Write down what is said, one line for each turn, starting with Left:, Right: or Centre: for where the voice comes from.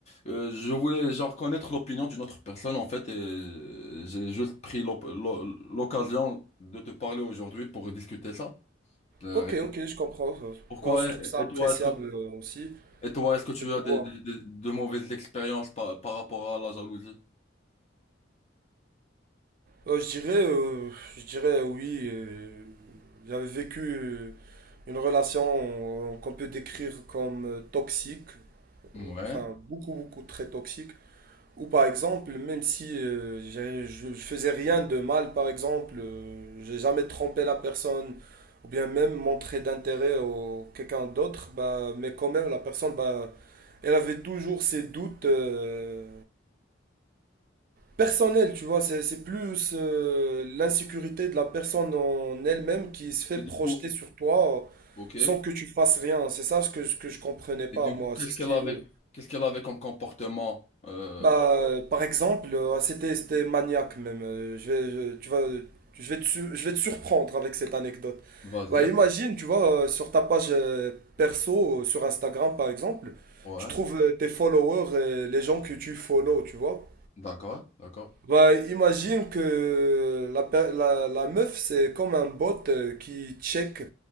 Left: euh, je voulais, genre, connaître l'opinion d'une autre personne, en fait, et euh, j'ai juste pris l'op- l'o- l'occasion de te parler aujourd'hui pour discuter ça. Euh,
Right: Ok,
Left: rien.
Right: ok, je comprends.
Left: Pourquoi?
Right: Bah, je trouve ça
Left: Et
Right: appréciable
Left: toi, est-ce que,
Right: euh, aussi
Left: et toi, est-ce que tu
Right: de pouvoir.
Left: as des, des- des- de mauvaises expériences par, par rapport à la jalousie?
Right: Euh, je dirais, euh, je dirais euh, oui. euh, j'avais vécu euh, une relation euh, qu'on peut décrire comme euh, toxique,
Left: Ouais.
Right: enfin beaucoup, beaucoup très toxique. Ou par exemple, même si euh, j'ai- je, je faisais rien de mal, par exemple, euh, j'ai jamais trompé la personne, ou bien même montré d'intérêt au quelqu'un d'autre, bah, mais quand même la personne, bah, elle avait toujours ses doutes. euh, personnel, tu vois, c'est c'est plus euh, l'insécurité de la personne en elle-même qui se fait
Left: Et
Right: projeter
Left: du coup,
Right: sur toi euh,
Left: ok. Et,
Right: sans que tu fasses rien. C'est ça ce que, ce que je comprenais pas,
Left: et du
Right: moi.
Left: coup, qu'est-ce
Right: C'est ce
Left: qu'elle
Right: qui.
Left: avait,
Right: euh,
Left: qu'est-ce qu'elle avait comme comportement? Euh,
Right: Bah, euh, par exemple, euh, ah, c'était, c'était maniaque même. Euh, je vais, je- tu vas, je vais te, su- je vais te surprendre avec cette anecdote.
Left: vas-y.
Right: Bah, imagine, tu vois, euh, sur ta page euh, perso, euh, sur Instagram par exemple,
Left: Ouais.
Right: tu trouves euh, tes followers, et les gens que tu follow, tu vois.
Left: D'accord, d'accord.
Right: Bah, imagine que la, per- la, la meuf, c'est comme un bot euh, qui check,